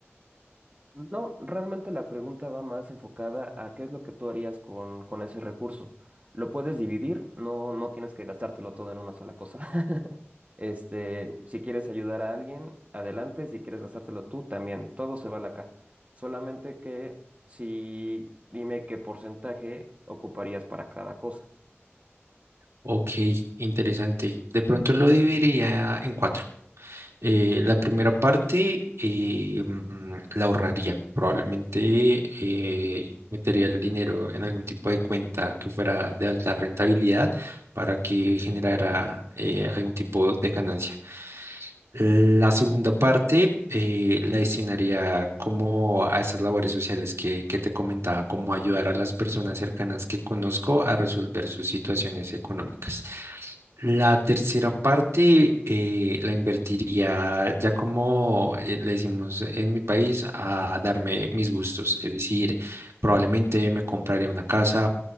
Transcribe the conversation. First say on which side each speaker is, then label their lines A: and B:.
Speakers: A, on the right (about 30°); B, on the right (about 80°).
A: No, realmente la pregunta va más enfocada a qué es lo que tú harías con, con ese recurso. Lo puedes dividir, no, no tienes que gastártelo todo en una sola cosa. <laughs> Este, si quieres ayudar a alguien, adelante. Si quieres gastártelo tú, también. Todo se vale acá. Solamente que si dime qué porcentaje ocuparías para cada cosa.
B: Ok, interesante. De pronto lo dividiría en cuatro. Eh, la primera parte eh, mm, la ahorraría. Probablemente eh, metería el dinero en algún tipo de cuenta que fuera de alta rentabilidad para que generara eh, algún tipo de ganancia. La segunda parte eh, la destinaría como a esas labores sociales que, que te comentaba, como ayudar a las personas cercanas que conozco a resolver sus situaciones económicas. La tercera parte eh, la invertiría ya como eh, le decimos en mi país a darme mis gustos, es decir, probablemente me compraría una casa